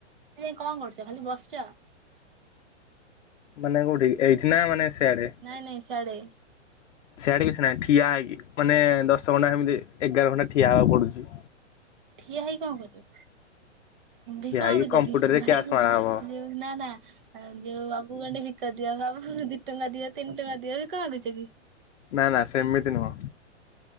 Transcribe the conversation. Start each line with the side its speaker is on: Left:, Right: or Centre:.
Right: ସେଠି ଯାଇ କଣ କରୁଛ? ଖାଲି ବସିଛ?
Left: ମାନେ କୋଉଠି? ଏଇଠି ନା ମାନେ ସିଆଡେ?
Right: ନାଇଁ ନାଇଁ ସିଆଡେ
Left: ସେଆଡେ କିଛି ନାହିଁ। ଠିଆ ହେଇକି ମାନେ, ଦଶ ଘଣ୍ଟା କେମିତି ଏଗାର ଘଣ୍ଟା ଠିଆ ହବାକୁ ପଡୁଛି।
Right: ଠିଆ ହେଇ କଣ କରିବ? ଭିକ
Left: ଠିଆ ହେଇକି
Right: ମାଗୁଚ
Left: କମ୍ପ୍ୟୁଟରରେ
Right: କି? ଭାଇ
Left: କ୍ୟାସ୍ ମରା ହବ
Right: ଯୋଉ, ନା ନା ଆ ଯୋଉ ବାବୁ ଗଣ୍ଡେ ଭିକ ଦି ଦିଅ ବାବୁ, ଦି ଟଙ୍କା ଦିଅ, ତିନି ଟଙ୍କା ଦିଅ ବି ଭିକ ମାଗୁଚ କି?
Left: ନା ନା ସେମିତି ନୁହଁ।